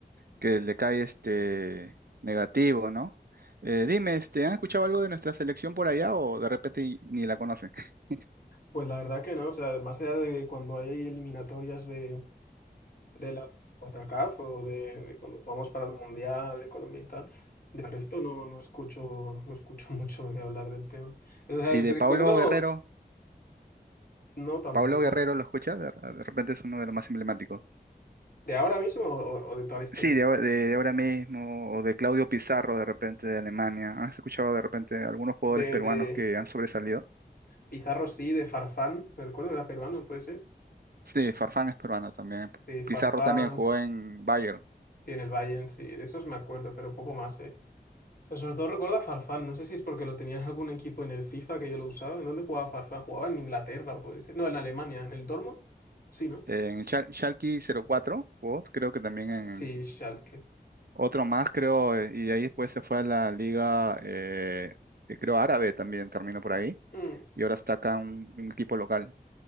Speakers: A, on the right; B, on the left.
A: que le cae este negativo, ¿no? Eh, dime, este, ¿han escuchado algo de nuestra selección por allá o de repente y- ni la conocen? <laughs>
B: Pues la verdad que no, o sea, más allá de cuando hay eliminatorias de, de la CONCACAF o de, de cuando jugamos para el Mundial de Colombia y tal, de resto no, no escucho, no escucho <laughs> mucho que hablar del tema. O sea,
A: Y de
B: recuerdo,
A: Pablo Guerrero,
B: no tampoco.
A: Pablo Guerrero, ¿lo escuchas? De, de repente es uno de los más emblemáticos.
B: ¿De ahora mismo o, o de toda la historia?
A: Sí, de, ahora- de, de ahora mismo, o de Claudio Pizarro, de repente de Alemania. ¿Has escuchado de repente algunos jugadores
B: De,
A: peruanos
B: de
A: que han sobresalido?
B: Pizarro sí, de Farfán, me recuerdo que era peruano, ¿puede ser?
A: Sí, Farfán es peruano también.
B: Sí, Farfán,
A: Pizarro también jugó en Bayern.
B: sí, en el Bayern, sí, de esos me acuerdo, pero poco más, ¿eh? Pero sobre todo recuerda a Farfán, no sé si es porque lo tenías algún equipo en el FIFA que yo lo usaba. ¿En dónde jugaba Farfán? Jugaba en Inglaterra, puede ser. No, en Alemania, en el Dortmund. Sí, ¿no?
A: En Schal- Schalke 04 jugó, creo que también
B: Ah,
A: en
B: Sí, Schalke.
A: otro más, creo, eh, y de ahí después se fue a la liga, eh, eh, creo, árabe también, terminó por ahí,
B: Mm.
A: y ahora está acá un, un equipo local.